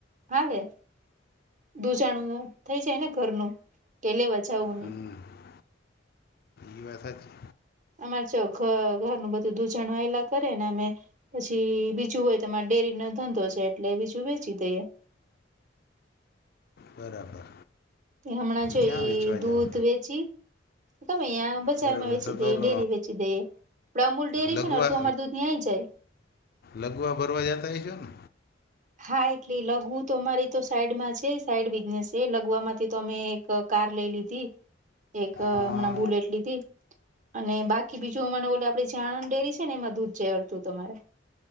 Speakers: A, on the right (about 40°); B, on the left (about 55°).
A: હા લે દુજણું થઈ જાય ને ઘરનું કે લેવા જાવું
B: હમ
A: નઈ
B: એ વાત હાચી
A: અમારે જો ઘર ઘરનું બધું દૂજણ હાઈલા કરે ને અમે પછી બીજું હોય તમારે ડેરીનો ધંધો છે એટલે બીજું વેચી દઈએ
B: બરાબર
A: તે હમણાં જોઈ
B: ક્યાં
A: એ
B: વેચવા
A: દૂધ
B: જાવ
A: વેચી ગમેયા બજારમાં
B: બરાબર
A: વેચી
B: તો
A: દે
B: તો લ
A: ડેરી વેચી દે પણ અમૂલ ડેરી
B: લગવા
A: છે ને અડધું અમારુ દૂધ નઈય જાય.
B: લગવા ભરવા જતા હ છો ને.
A: હા એટલે લગવું તો અમારી તો સાઈડમાં છે સાઈડ બિઝનેસ છે લગવા મા થી. તો મેં એક કાર લઈ લીધી એક
B: હા
A: હમણાં બુલેટ લીધી. અને બાકી બીજું અમાને બોલે આપ જે આણંદ ડેરી છે ને એમાં દૂધ અડતું અમારે